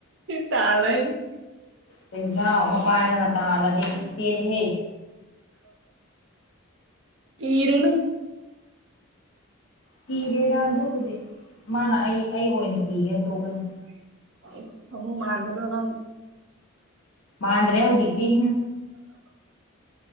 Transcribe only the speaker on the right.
ꯇꯥꯜꯂꫭꯏ
ꯀꯤꫪꯨꯅꯨ
<unintelligible>